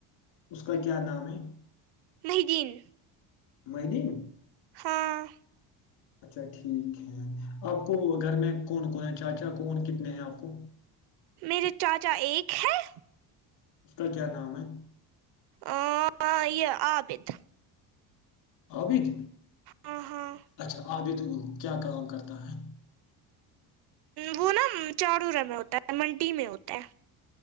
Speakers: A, on the left (about 75°); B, on the right (about 60°).
A: اس کا کیا نام ہے؟
B: مہدین
A: مین
B: ہاں
A: اچھا ٹھیک ہے آپ کو گھر میں کون کون ہے چاچا کون کتنے ہیں آپ کو
B: میرے چاچا ایک ہیں
A: اس کا کیا نام ہے
B: آ یہ عابد
A: ہابد
B: ہاں ہاں
A: اچھا آب بھی تو کیا کام کرتا ہے
B: وہ نا چاارور میں ہوتا ہے منڈی میں ہوتا ہے